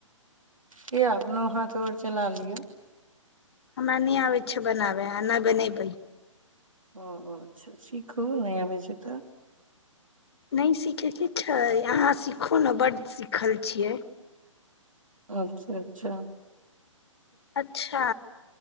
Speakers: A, on the right (about 75°); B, on the left (about 50°).
A: किया अपनो हाथ गोर चला लिअ।
B: हमरा नै आबै छै बनाबे आ ने बनेबै।
A: ओ-ओ अच्छा, सीखु नै आबै छै त।
B: नै सीखैके इच्छा अइ। अहाँ सीखू न बड्ड सीखल छियै।
A: अच्छा-अच्छा।
B: अच्छा।